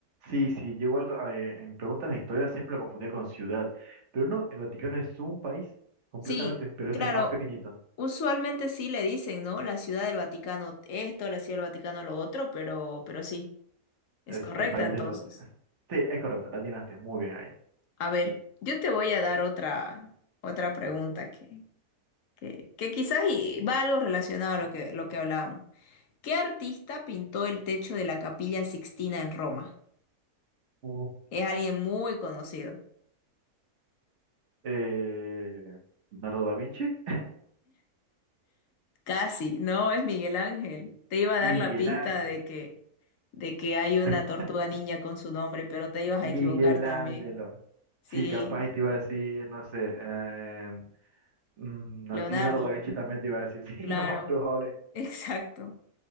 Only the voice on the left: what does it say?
Sí,
claro.
Usualmente sí le dicen, ¿no? La Ciudad del Vaticano esto, la Ciudad del Vaticano lo otro, pero, pero sí, es
correcta
entonces.
A ver, yo te voy a dar otra, otra pregunta que, que, que quizás y va algo relacionado a lo que, lo que hablábamos. ¿Qué artista pintó el techo de la Capilla Sixtina en Roma?
Es alguien muy conocido.
Casi, no es Miguel Ángel. Te iba a
dar la pista
de que, de que hay una
tortuga niña con su nombre, pero te ibas
a equivocar también.
Sí,
Leonardo,
claro,
<laughs> exacto.